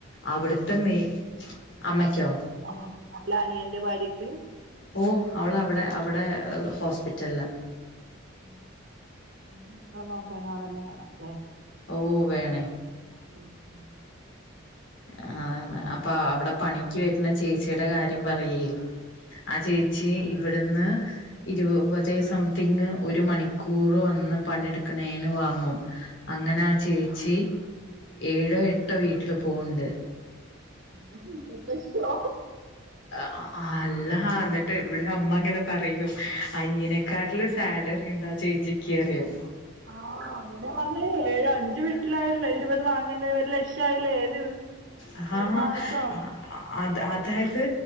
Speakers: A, on the left; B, on the right.
A: അവിട്ത്തെ മേ അമ്മക്കോ
B: ആഹ് അല്ല അനിയന്റെ ഭാര്യക്ക്
A: ഓഹ് അവളവിടെ അവിടെ ഹോസ്പിറ്റൽല
B: ആഹ് അപിന്നെ കുട്ടികളെ നോക്കൻ ആളന്നെ വേണം ല്ലെ
A: ഓ വേണേ
B: മ് മ് മ് മ് മ്
A: ആഹ് അപ്പൊ അവിടെ പണിക്ക് വര്ണെ ചേച്ചിടെ കാര്യം പറയൊയ് ആ
B: ഉം
A: ചേച്ചി ഇവ്ട്ന്ന് ഇരുവതേ സം തിങ്ങ് ഒരു മണിക്കൂർ വന്ന് പണിട്ക്ക്ണേന് വാങ്ങും അങ്ങനാ ചേച്ചി ഏഴോ എട്ടോ വീട്ടിൽ പോവ്ണ്ട്
B: മ് ഒരു ലക്ഷോ
A: അ-അ അല്ല ന്നിട്ട് വിടെ അമ്മ ങ്ങനെ പറയും അനിയനെക്കാട്ടിലും സാലറിണ്ട് ആ ചേച്ചിക്ക്‌റിയും
B: ആഹ് അതന്നെ പറഞ്ഞെ ഏഹ്അഞ്ചു വീട്ടിലായിട്ടല്ലേ ഇരുപത് വാങ്ങുന്നേ ഒരു ലക്ഷം ആയില്ലേ ഏത്
A: ആഹ്
B: ഒരു മാസം
A: ആഹ് അത് അതായത്